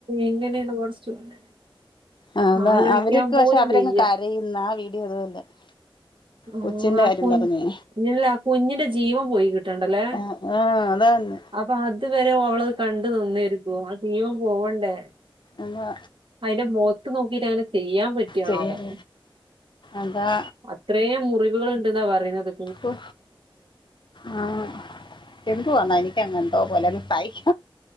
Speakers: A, on the right; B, on the left.
A: എങ്ങനെയാണ് പടച്ചോനെ
B: അ
A: ആലോചിക്കാൻ
B: അവരൊക്കെ
A: പോലും
B: പക്ഷെ അവരങ്ങ്
A: വയ്യ.
B: കരയുന്ന ആ വീടിയോ അതുപോലെ <inaudible>
A: ആ
B: കൊച്ചിന്റെ
A: ആ
B: കാര്യം
A: കു
B: പറഞ്ഞേ
A: ആ കുഞ്ഞിന്റെ ജീവം പോയി കിട്ടണ്ടല്ലേ
B: ആഹ് ആഹ് അതാന്ന്
A: അപ്പൊ അതുവരെ അവള് കണ്ടു നിന്നിരിക്കുവ ജീവം പോവണ്ടേ
B: എന്താ
A: അതിന്റെ മുഖത്ത് നോക്കിട്ട് അങ്ങനെ ചെയ്യാൻ പറ്റിയാവോ
B: ചെയ്യാൻ അതാ
A: അത്രേ മുറിവുകളുണ്ട് ന്നാ പറ റിന്നത്
B: ഒ ആ എന്തുവാന്നാ എനിക്കങ്ങെ പോലെ പൈക്ക